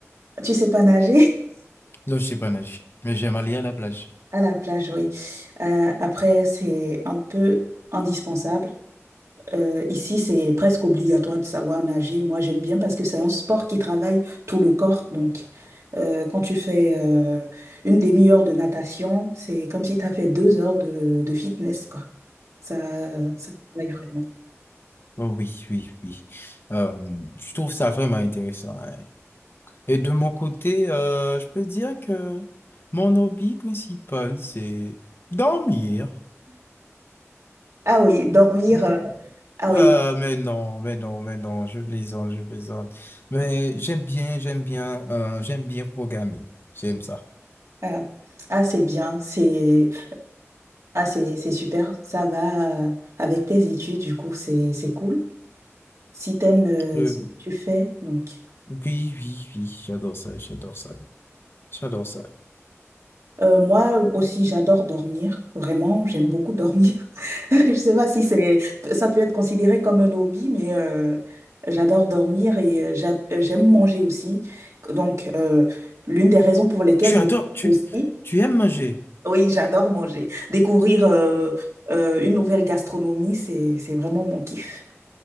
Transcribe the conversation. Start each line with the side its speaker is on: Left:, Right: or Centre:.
Right: tu sais pas nager? <laughs>
Left: Non, je sais pas nager, mais j'aime aller à la plage.
Right: À la plage, oui. Euh, après, c'est un peu indispensable. Euh, ici, c'est presque obligatoire de savoir nager. Moi, j'aime bien parce que c'est un sport qui travaille tout le corps. Donc, euh, quand tu fais euh, une demi-heure de natation, c'est comme si tu as fait deux heures de, de fitness, quoi. Ça, ça travaille vraiment.
Left: Oh oui, oui, oui. Euh, je trouve ça vraiment intéressant. hein. Et de mon côté, euh, je peux dire que mon hobby principal, c'est dormir.
Right: Ah oui, dormir.
Left: Mm.
Right: euh, ah
Left: Euh,
Right: oui.
Left: mais non, mais non, mais non, je plaisante, je plaisante. Mais j'aime bien, j'aime bien, euh, j'aime bien programmer. J'aime ça.
Right: <laughs> Ah, ah, c'est bien. C'est ah, c'est c'est super. Ça va euh, avec tes études, du coup, c'est c'est cool. Si t'aimes euh,
Left: Euh,
Right: ce que tu fais, donc.
Left: oui, oui, oui, j'adore ça, j'adore ça, j'adore ça.
Right: Euh, moi aussi, j'adore dormir. Vraiment, j'aime beaucoup dormir. <laughs> Je sais pas si c'est, ça peut être considéré comme un hobby, mais euh, j'adore dormir et euh, j'a- euh, j'aime manger aussi. Donc, euh, l'une des raisons pour lesquelles
Left: Tu
Right: je
Left: adores, tu,
Right: aussi,
Left: tu aimes manger.
Right: oui, j'adore manger. Découvrir euh, euh, une nouvelle gastronomie, c'est c'est vraiment mon kiff.